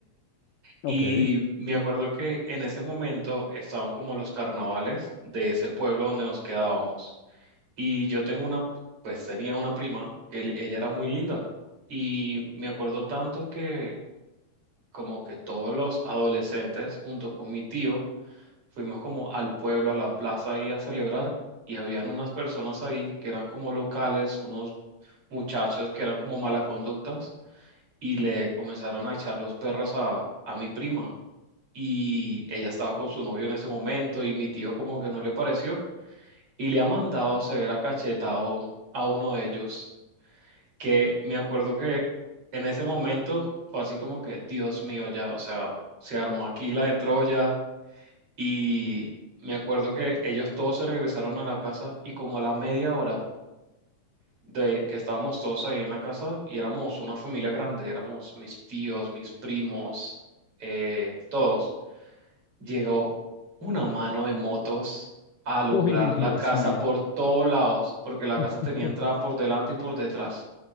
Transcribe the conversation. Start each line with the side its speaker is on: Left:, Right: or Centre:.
Left: Ok.
Right: Y
Left: ¿Eh?
Right: me acuerdo que en ese momento estaban como los carnavales de ese pueblo donde nos quedábamos. Y yo tengo una, pues tenía una prima que l- ella era muy linda. Y me acuerdo tanto que como que todos los adolescentes junto con mi tío fuimos como al pueblo, a la plaza ahí a celebrar. Y habían unas personas ahí que eran como locales, unos muchachos que eran como mala conductas y le comenzaron a echar los perros a, a mi prima y ella estaba con su novio en ese momento y mi tío como que no le pareció y le ha mandado severa cacheta a, un- a uno de ellos que me acuerdo que en ese momento fue así como que Dios mío ya, o sea, se armó aquí la de Troya y me acuerdo que ellos todos se regresaron a la casa y como a la media hora de que estábamos todos ahí en la casa y éramos una familia grande, éramos mis tíos, mis primos, eh, todos. llegó una mano de motos a alumbrar
Left: Uy, Dios
Right: la casa
Left: mío.
Right: por todos lados, porque la
Left: <laughs>
Right: casa tenía entrada por delante y por detrás.